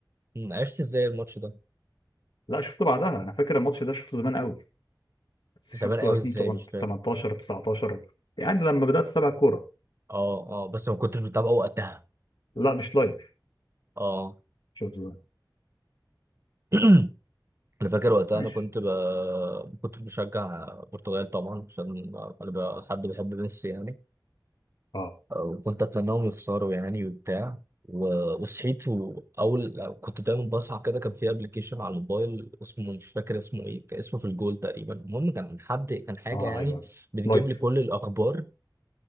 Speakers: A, on the right; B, on the left.
A: مم، عشت ازاي الماتش ده
B: لا شفته بعدها انا فاكر الماتش ده شفته زمان قوي بس
A: زمان
B: شفته
A: قوي
B: 2018
A: ازاي مش فاهم
B: 19 يعني لما بدأت أتابع كورة
A: اه اه بس ما كنتش بتابعه وقتها
B: لا مش لايف
A: اه
B: شوف زمان
A: <clears throat> انا فاكر وقتها
B: ماشي
A: انا كنت ب... كنت بشجع البرتغال طبعا عشان انا ب... حد بيحب ميسي يعني
B: اه
A: وكنت اتمناهم يخسروا يعني وبتاع و... وصحيت واول كنت دايما بصحى كده كان في ابلكيشن على الموبايل اسمه مش فاكر اسمه ايه كان اسمه في الجول تقريبا المهم كان حد كان حاجه
B: اه
A: يعني
B: ايوه
A: بتجيب
B: لايف
A: لي كل الاخبار